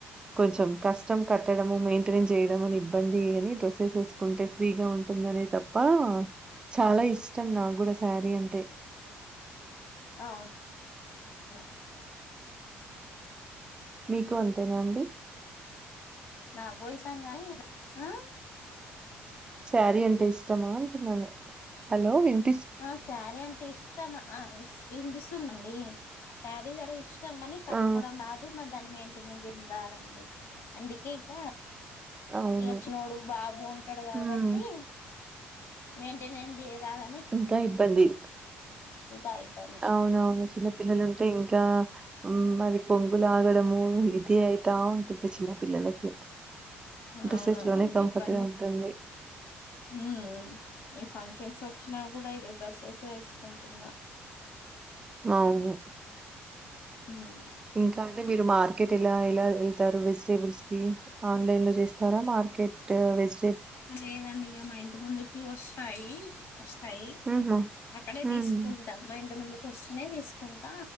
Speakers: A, on the right (about 20°); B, on the left (about 65°).
A: కొంచెం కష్టం కట్టడము మెయింటనేంన్స్ జేయడం అనే ఇబ్బంది అని డ్రెస్సెస్ ఎస్ కుంటే ఫ్రీగా ఉంటుందనే తప్ప చాలా ఇష్టం నాగుడా సారీ అంటే
B: ఔన్ నా
A: మీకు అంతేనా అండి
B: నాగూడ ఇష్టం గాని ఈ ఇట్ల ఆ
A: శారీ అంటే ఇష్టమా అంటున్నాను హలో విన్
B: ఆ స్యరీ అంటే ఇష్ట మ ఆ ఇస్ ఇన్ బిస్తుందండి ట్యా రీజ్ అటె ఇష్ టమ్ అని కట్టుకోడం
A: ఆ!
B: రాదు మన్ దాన్ మెయింటెనేంస్ జరిన్ రాదండి అందుకే ఇక
A: అవును.
B: ఇగ మ్ చినోడు బాబు ఉంటడు గాబట్టి
A: హ్మ్.
B: మెయింటెనెన్ జేయ్ రాద అ
A: టుంకా ఇబ్బంది
B: ఇంకా ఇబ్బంది
A: ఔనవును చిన్న పిల్లలు ఉంటే ఇంట్ల ఆ మరి కొంగు లాగడము ఇది అయిత ఉంటద్ చిన్న పిల్లలకి డ్రెసెస్‌లోనే
B: ఔను ఔన్
A: కంఫర్ట్‌గా
B: ఇబ్బంది
A: ఉంటుంది.
B: హ్మ్మ్ ఈ ఫంక్షన్స్ సో త్ చునా గూడా ఇగ డ్రసేసేసే ఎస్ కుంటున్ నా
A: ఔను
B: హ్మ్
A: ఇంకా అంటే మీరు మార్ కెట్ ఎలా ఎలా ఎల్ తరు వెజ్ టేబుల్స్ కి ఆన్ లైన్ లో జేస్తారా మార్ అ కేట్టు వెజ్
B: లేదండి ఇగ మా ఇంట్ ముందుకి ఓస్తాయి వస్తయి
A: హుహు.
B: అక్కడే
A: హ్మ్.
B: ది స్ కుంటాం మా ఇంట ముందు ఓసన్నే తీస్ కుంటా